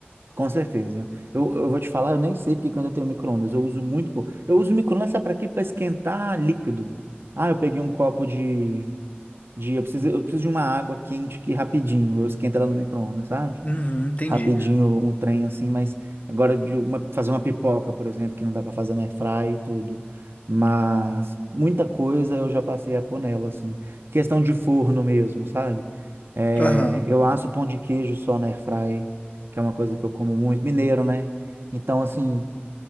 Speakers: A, on the right (about 65°); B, on the left (about 35°).
A: Com certeza. Eu, eu vou te falar, eu nem sei porque que eu ainda tenho micro-ondas. Eu uso muito, pô. Eu uso micro-ondas sabe para quê? Para esquentar líquido. Ah, eu peguei um copo de, de eu preciso, eu preciso de uma água quente aqui rapidinho. Eu esquento ela no micro-ondas, sabe?
B: Uhum, entendi.
A: rapidinho um trem assim, mas agora de uma, fazer uma pipoca, por exemplo, que não dá para fazer na airfry e tudo. Mas muita coisa eu já passei a pôr nela, assim. Questão de forno mesmo, sabe? É,
B: Aham.
A: eu asso pão de queijo só na airfry, que é uma coisa que eu como muito, mineiro, né? Então, assim,